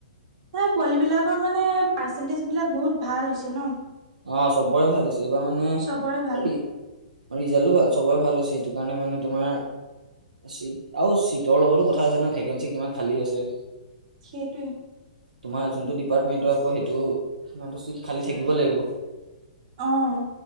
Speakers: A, on the right (about 45°); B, on the right (about 80°).
A: এই পোৱালী বিলাকৰ মানে পাৰ্চেন্টেজ বিলাক বহুত ভাল হৈছে ন।
B: অ চবৰে ভাল হৈছে এইবাৰ মানে
A: চবৰে ভাল
B: ৰিজাল্টো ভাল সবৰে ভাল হৈছে সেইটো কাৰণে মানে তোমাৰ চিট আৰু চিটৰ লগতো কথা আছে ন ভেকেঞ্চি কিমান খালী আছে।
A: সেইটোৱে
B: তোমাৰ যোনটো ডিপাৰ্টমেন্টৰ আকৌ সেইটো সিমানটো চিট খালী থাকিব লাগিব
A: অ'।